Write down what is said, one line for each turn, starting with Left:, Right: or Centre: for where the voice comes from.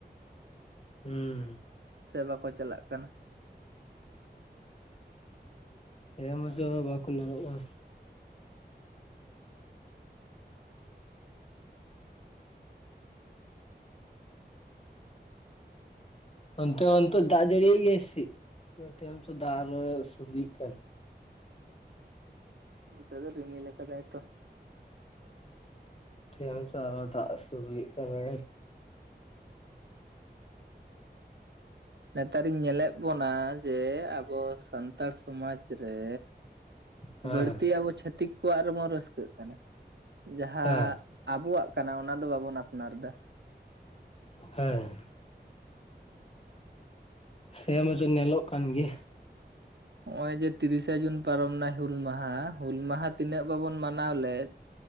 Left: ᱦᱩᱸ
Right: ᱥᱮ ᱵᱟᱠᱚ ᱪᱟᱞᱟᱜ ᱠᱟᱱᱟ?
Left: ᱦᱮᱢ ᱫᱚ ᱵᱟᱠᱚ ᱱᱟᱨᱚᱜ-ᱟ᱾ ᱚᱱᱛᱮ ᱚᱱᱛᱮ ᱫᱟᱜ ᱡᱟᱹᱲᱤ ᱭᱮᱜ ᱜᱮᱭᱟᱭ ᱥᱮ? ᱥᱤᱜ ᱱᱚᱛᱮ ᱢᱟᱛᱚ ᱫᱟᱜ ᱚᱨᱚᱭ ᱥᱟᱹᱨᱫᱤ ᱭᱮᱜ ᱠᱟᱱ᱾
Right: ᱱᱚᱛᱮ ᱫᱚ ᱨᱤᱢᱤᱞ‌ ᱠᱟᱫᱟᱭ ᱛᱚ᱾
Left: ᱛᱮ ‌ᱢᱟᱛᱚ ᱟᱨᱚ ᱫᱟᱜ ᱥᱩᱨᱩᱭᱮᱜ ᱠᱟᱱᱟᱭ᱾
Right: ᱱᱮᱛᱟᱨᱤᱧ ᱧᱮᱞᱮᱜ ᱵᱚᱱᱟ ᱡᱮ ᱟᱵᱚᱼᱼ ᱥᱟᱱᱛᱟᱲ ᱥᱩᱢᱟᱪ ᱨᱮ
Left: ᱦᱮᱸ
Right: ᱵᱟᱹᱲᱛᱤ ᱟᱵᱚ ᱪᱷᱟᱹᱛᱤᱠᱼᱼ ᱠᱩᱣᱟᱜ ᱨᱮᱵᱚᱱ ᱨᱟᱹᱥᱠᱟᱹᱜ ᱠᱟᱱᱟ, ᱡᱟᱦᱟᱸ
Left: ᱦᱮᱸ
Right: ᱟᱵᱚᱣᱟᱜ ᱠᱟᱱᱟ ᱚᱱᱟ ᱫᱚ ᱵᱟᱵᱚᱱ ᱟᱯᱱᱟᱨ ᱮᱫᱟ
Left: ᱦᱮᱸ᱾ ᱪᱷᱮ ᱢᱟᱡᱮ ᱱᱮᱞᱚᱜ ᱠᱟᱱ ᱜᱮᱭᱟ᱾
Right: ᱱᱚᱜ-ᱚᱭ ᱡᱮ ᱛᱤᱨᱤᱥᱟ ᱡᱩᱱ ᱯᱟᱨᱚᱢ ᱱᱟᱭ ᱦᱩᱞ ᱢᱟᱦᱟᱸ, ᱦᱩᱞ ᱢᱟᱦᱟᱸ ᱛᱤᱱᱟᱹᱜ ᱵᱟᱹᱵᱩᱱ ᱢᱟᱱᱟᱣ ᱞᱮᱫ, ᱼᱼ